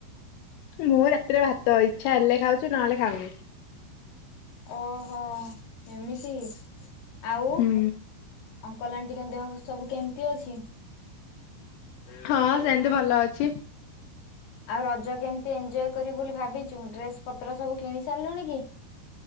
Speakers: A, on the left; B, on the left.
A: ମୁଁ ରାତିରେ ଭାତ, ଇଛା ହେଲେ ଖାଉଛି, ନହେଲେ ଖାଉନି।
B: ଓହୋ ଏମିତି, ଆଉ
A: ହୁଁ
B: ଅଙ୍କଲ ଆଣ୍ଟି ଙ୍କ ଦେହ ସବୁ କେମିତି ଅଛି?
A: ହଁ, ସେମିତି ଭଲ ଅଛି।
B: ଆଉ ରଜ କେମିତି ଏଞ୍ଜୟ କରିବୁ ବୋଲି ଭାବିଚୁ? ଡ୍ରେସ ପତ୍ର ସବୁ କିଣି ସାରିଲୁଣି କି?